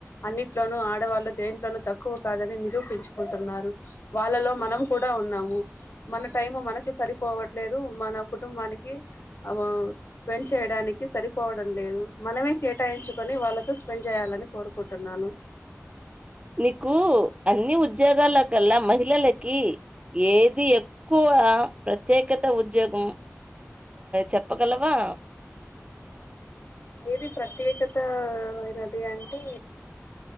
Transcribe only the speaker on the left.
అన్నిట్లోనూ ఆడవాళ్ళు దేంట్లోనూ తక్కువ కాదని నిరూపించుకుంటున్నారు వాళ్ళలో మనం కూడా ఉన్నాము మన టైము మనకి సరిపోవట్లేదు మన కుటుంబానికి ఆ లో స్పెండ్ చేయడానికి సరిపోవడం లేదు మనమే కేటాయించుకొని వాళ్ళతో స్పెండ్ చేయాలని కోరుకుంటున్నాను
ఏది ప్రత్యేకత ఐనది అంటే